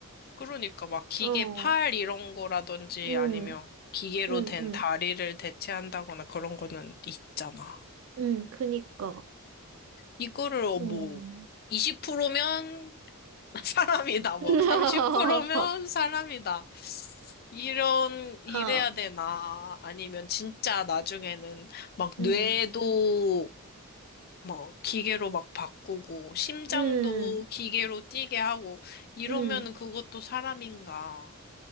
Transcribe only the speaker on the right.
어,
응,
응,
응,
응, 그니까.
어.
<laughs>
어,
응,
응.
음,